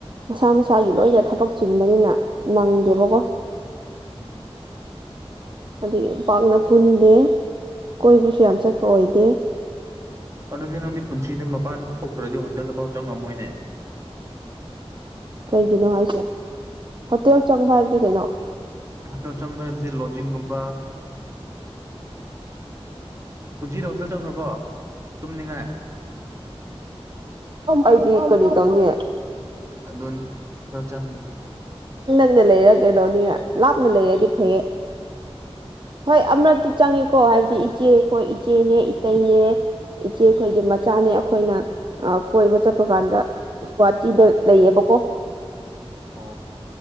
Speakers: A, on the right; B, on the right.
A: ꯃꯁꯥ ꯃꯁꯥꯒꯤ ꯂꯣꯏꯅ ꯊꯕꯛ ꯆꯤꯟꯕꯅꯤꯅ ꯅꯪꯗꯦꯕꯀꯣ
B: ꯎꯝ
A: ꯑꯗꯨꯒꯤ ꯄꯥꯛꯅ ꯄꯨꯟꯗꯦ ꯀꯣꯏꯕꯁꯨ ꯌꯥꯝ ꯆꯠꯄ ꯑꯣꯏꯗꯦ
B: ꯑꯗꯨꯗꯤ ꯅꯪꯗꯤ ꯄꯨꯟꯁꯤꯗ ꯃꯄꯥꯟ ꯊꯣꯛꯇ꯭ꯔꯗꯤ ꯍꯣꯇꯦꯜꯗ ꯐꯥꯎ ꯆꯪꯉꯝꯃꯣꯏꯅꯦ
A: ꯀꯩꯒꯤꯅꯣ ꯍꯥꯏꯁꯦ ꯍꯣꯇꯦꯜ ꯆꯪꯕ ꯍꯥꯏꯕꯗꯤ ꯀꯩꯅꯣ
B: ꯑꯇꯣ ꯆꯪꯕ ꯍꯥꯏꯕꯗꯤ ꯂꯣꯖꯤꯡꯒꯨꯝꯕ ꯄꯨꯟꯁꯤꯗ ꯍꯣꯇꯦꯜ ꯆꯪꯈ꯭ꯔꯕꯣ ꯇꯨꯝꯅꯤꯡꯉꯥꯏ
A: ꯑꯩꯗꯤ ꯀꯔꯤ ꯇꯧꯅꯤ
B: ꯗꯣꯅꯤ ꯆ ꯆ
A: ꯟꯅ ꯂꯩꯔ ꯀꯩꯗꯧꯅꯤ ꯂꯥꯞꯅ ꯂꯩꯔꯗꯤ ꯐꯩꯌꯦ ꯍꯣꯏ ꯑꯃꯛꯇꯤ ꯆꯪꯉꯤꯀꯣ ꯍꯥꯏꯕꯗꯤ ꯏꯆꯦꯈꯣꯏ ꯏꯆꯦꯅꯦ ꯏꯇꯩꯅꯦ ꯏꯆꯦ ꯑꯩꯈꯣꯏꯒꯤ ꯃꯆꯥꯅꯤ ꯑꯩꯈꯣꯏꯅ ꯀꯣꯏꯕ ꯆꯠꯄ ꯀꯥꯟꯗ ꯒꯨꯍꯥꯇꯤꯗ ꯂꯩꯌꯦꯕꯀꯣ
B: ꯑꯣ